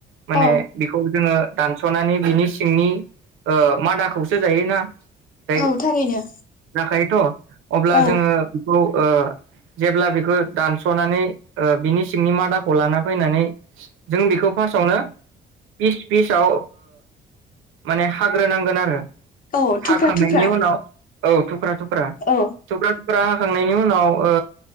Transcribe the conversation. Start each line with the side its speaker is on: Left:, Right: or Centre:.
Right: माने
Left: औ
Right: बेखौ जोङो दानसनानै बिनि सिंनि मादाखौसो जायोना <unintelligible>
Left: औ थारैनो
Right: जाखायोथ अब्ला
Left: औ
Right: जोङो <unintelligible> जेब्ला बेखौ दानस'नानै ओ बिनि सिंनि मादाखौ लाना फैनानै जों बेखौ फार्स्टआवनो ओ फिस फिसाव माने हाग्रोनांगोन आरो
Left: औ
Right: हाखांनायनि
Left: थुख्रा थुख्रा
Right: उनाव औ थुक्रा थुख्रा
Left: औ
Right: फ्रा हाखांनायनि उनाव ओ